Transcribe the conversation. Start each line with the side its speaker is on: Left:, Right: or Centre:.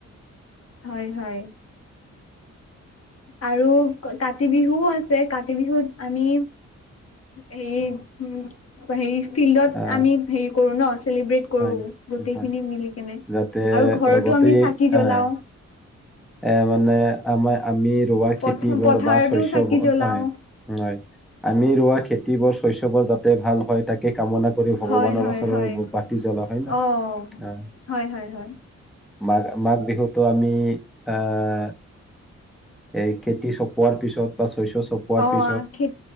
Left: হয় হয়। আৰু কাতি বিহুও আছে। কাতি বিহুত আমি হেৰি উ হেৰি ফিল্ডত
Centre: আহ
Left: আমি হেৰি কৰো ন চেলিব্ৰেট কৰো
Centre: হয়
Left: গোটেইখিনি
Centre: হয়
Left: মিলি কেনে
Centre: যাতে
Left: আৰু ঘৰতো
Centre: গোটেই
Left: আমি চাকি জ্বলাও।
Centre: আহ এ মানে আমাৰ আমি ৰোৱা
Left: পথ
Centre: খেতি বোৰ
Left: পথাৰতো
Centre: বা শস্যবোৰ
Left: চাকি জ্বলাও
Centre: হয় আমি ৰোৱা খেতি। খেতি বোৰ শস্যবোৰ জাতে যাতে ভাল হয় তাকে কামনা কৰি ভগৱানৰ
Left: হয় হয়
Centre: ওচৰৰ
Left: হয়
Centre: চাকি জ্বলোৱ, হয় ন?
Left: অ
Centre: আহ।
Left: হয় হয় হয়
Centre: মাঘ মাঘ বিহুতো আমি এ' এই খেতি চপ পোৱাৰ পিছত শস্য চপোৱাৰ
Left: অ
Centre: পিছত
Left: খ